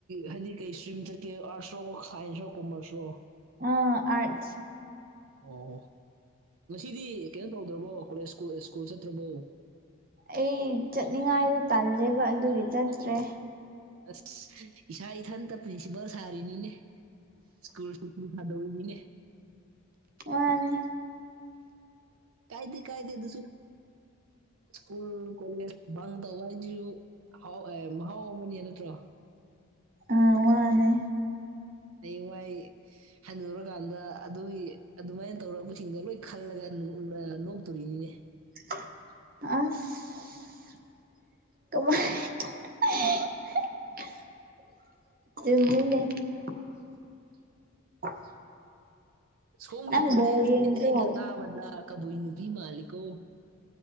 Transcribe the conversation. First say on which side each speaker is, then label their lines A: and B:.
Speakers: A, on the right; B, on the right.
A: ꯍꯥꯏꯗꯤ ꯀꯩ ꯏꯁꯇ꯭ꯔꯤꯝ ꯆꯠꯀꯦ ꯑꯥꯔꯠꯁ ꯔꯣ ꯁꯥꯏꯟꯁ꯭ꯔꯣ ꯀꯣꯃꯔꯁ꯭ꯔꯣ
B: ꯑꯥ ꯑꯥꯠꯁ
A: ꯑꯣ ꯉꯁꯤꯗꯤ ꯀꯩꯅꯣ ꯇꯧꯗ꯭ꯔꯕꯣ ꯀꯣꯂꯦꯖꯨ ꯁ꯭ꯀꯨꯜ ꯆꯠꯇ꯭ꯔꯕꯣ
B: ꯑꯩ ꯆꯠꯅꯤꯡꯉꯥꯏꯗꯣ ꯇꯜꯂꯦꯕ ꯑꯗꯨꯒꯤ ꯆꯠꯇ꯭ꯔꯦ
A: ꯑꯁ ꯏꯁꯥ ꯏꯊꯟꯇ ꯄ꯭ꯔꯤꯟꯁꯤꯄꯥꯜ ꯁꯥꯔꯤꯅꯤꯅꯦ ꯁ꯭ꯀꯨꯜ ꯊꯥꯗꯅꯤꯡꯉꯦ
B: ꯑꯅꯦ
A: ꯀꯥꯏꯗꯤ ꯀꯥꯏꯗ ꯑꯗꯨꯁꯨ ꯁ꯭ꯀꯨꯜ ꯀꯣꯂꯦꯖ ꯇꯧ ꯋꯥ ꯑꯩꯁꯨꯥꯎ ꯃꯍꯥꯎ ꯑꯃꯅꯦ ꯅꯠꯇ꯭ꯔꯣ
B: ꯑꯥ ꯋꯥꯅꯦ
A: ꯍꯌꯡꯋꯥꯏ ꯍꯅꯨꯔꯀꯥꯟꯗ ꯑꯗꯨꯒꯤ ꯑꯗꯨꯃꯥꯏꯅ ꯇꯧꯔꯝꯕꯁꯤꯡꯗꯣ ꯂꯣꯏ ꯈꯜꯂꯒ ꯅꯣꯛꯇꯣꯔꯤꯅꯤꯅꯦ
B: ꯑꯁ ꯀꯃꯥꯏ ꯆꯃꯤꯅꯦ <unintelligible>
A: ꯁꯣꯝꯒꯤ
B: ꯅꯪ
A: ꯈꯣꯟꯖꯦꯜꯁꯦ
B: ꯕꯣꯜ ꯌꯦꯡꯗ꯭ꯔꯣ
A: ꯑꯩꯅ ꯇꯥꯕꯗ ꯀꯕꯨꯏ ꯅꯨꯄꯤ ꯃꯥꯜꯂꯤꯀꯣ